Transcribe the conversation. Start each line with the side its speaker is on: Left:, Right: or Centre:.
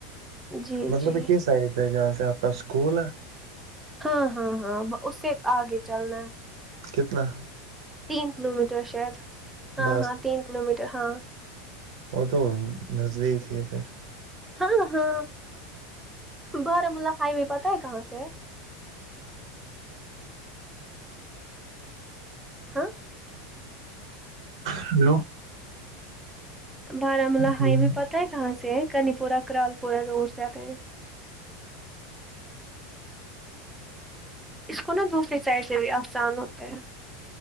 Centre: جی
Right: مطلب
Centre: جی
Right: یی۔ کس سائڈ جہاں سے اپنا اسکول ہے
Centre: ہاں ہاں ہاں اس سے آگے چلنا ہے
Right: کتنا
Centre: تین کلو میٹر شاید ہاں
Right: بس
Centre: ہاں تین کلو میٹر ہاں
Right: وہ تو نزدیک ہی پھر
Centre: ہاں ہاں بارامولہ ہائی وے پتا ہے کہاں سے ہاں
Right: hello
Centre: Baramulla
Right: hello,
Centre: highway پتا ہے کہاں سے ہے کنی پور کرال پور روڈ سے آتے اس کو نا دوسری سائڈ سے بھی آسان ہوتے ہیں